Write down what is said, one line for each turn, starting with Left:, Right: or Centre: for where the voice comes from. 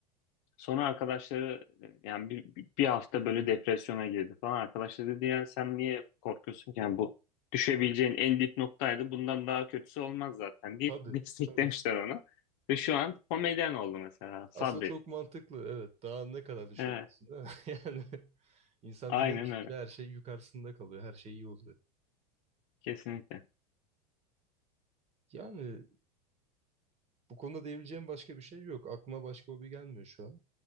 Left: Sonra arkadaşları e, yani bir, bir hafta böyle depresyona girdi falan. Arkadaşları dedi yani sen niye korkuyorsun ki? Yani bu düşebileceğin en dip noktaydı. Bundan daha kötüsü olmaz zaten deyip
Right: Tabii
Left: <laughs> desteklemişler
Right: tabii.
Left: onu. Ve şu an komedyen oldu mesela. Sabret.
Right: Aslında çok mantıklı evet. Daha ne kadar düşebilirsin
Left: Evet.
Right: değil mi? <laughs> Yani insan
Left: Aynen
Right: dibine düşünce
Left: öyle.
Right: her şey yukarısında kalıyor. Her şey iyi oluyor.
Left: Kesinlikle.
Right: Yani Bu konuda diyebileceğim başka bir şey yok. Aklıma başka hobi gelmiyor şu an.